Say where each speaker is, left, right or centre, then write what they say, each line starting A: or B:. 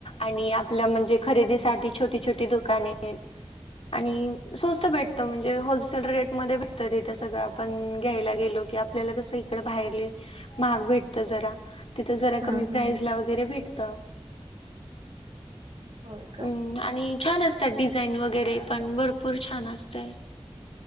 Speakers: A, on the left; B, on the right.
A: आणि आपल्या म्हणजे खरेदीसाठी छोटी छोटी दुकाने हायेत. आणि सोस्त भेटत म्हणजे होलसेल रेटमध्ये भेटतं तिथ सगळं आ पण घ्यायला गेलो की, आपल्याला कस इकड बाहेर लय महाग भेटत तीथ जरा, तिथं जरा
B: हम्म
A: कमी
B: हम्म
A: प्राईज
B: हम्म
A: ला वगैरे भेटत.
B: होय का
A: हं आणि छान असत्यात डिझाईन वगैरे पण भरपूर छान असतय.